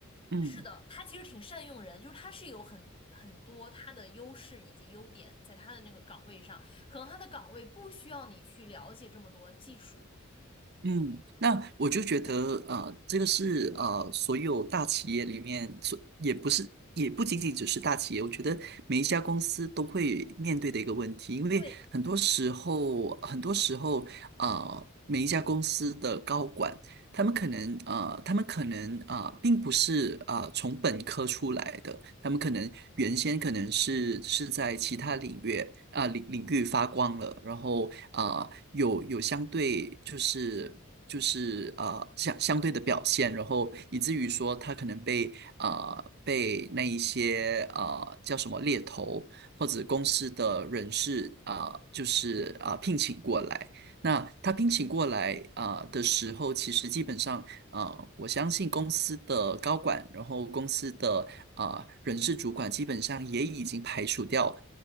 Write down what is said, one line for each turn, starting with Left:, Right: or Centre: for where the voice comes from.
Right: 嗯
Left: 是的，他其实挺善用人，就是他是有很很多他的优势以及优点在他的那个岗位上，可能他的岗位不需要你去了解这么多技术。
Right: 嗯，那我就觉得，
Left: 对
Right: 呃，这个是呃，所有大企业里面，所也不是，也不仅仅只是大企业，我觉得每一家公司都会面对的一个问题，因为很多时候，
Left: 对，
Right: 很多时候，呃，每一家公司的高管他们可能呃，他们可能啊、呃，并不是啊、呃从本科出来的，他们可能原先可能是是在其他领域啊、领领域发光了，
Left: 嗯。
Right: 然后啊、有有相对就是就是啊相相对的表现，然后以至于说他可能被啊、呃被那一些啊、呃叫什么猎头或者公司的人士啊、呃就是啊、呃聘请过来。那他聘请过来啊、呃的时候，其实基本上啊、呃我相信公司的高管，然后公司的啊、呃人事主管，基本上也已经排除掉